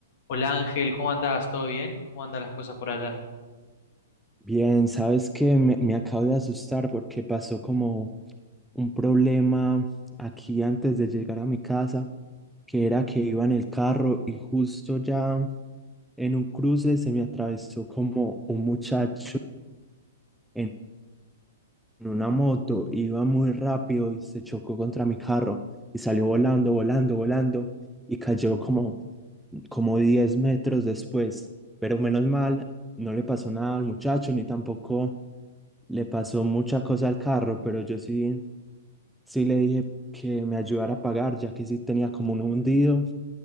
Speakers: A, on the left; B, in the centre.
A: Hola Ángel, ¿cómo andás? ¿Todo bien? ¿Cómo andan las cosas por allá?
B: Bien, sabes que me, me acabo de asustar porque pasó como un problema aquí antes de llegar a mi casa, que era que iba en el carro y justo ya en un cruce se me atravesó como un muchacho en una moto, iba muy rápido y se chocó contra mi carro y salió volando, volando, volando y cayó como, como 10 metros después, pero menos mal, no le pasó nada al muchacho ni tampoco le pasó mucha cosa al carro, pero yo sí, sí le dije que me ayudara a pagar, ya que sí tenía como un hundido